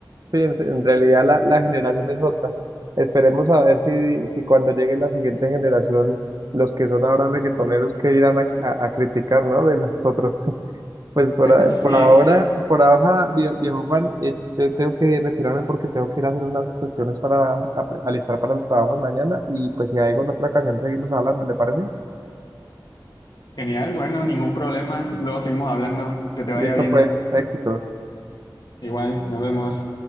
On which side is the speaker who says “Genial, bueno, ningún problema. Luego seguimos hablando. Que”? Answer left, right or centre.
Left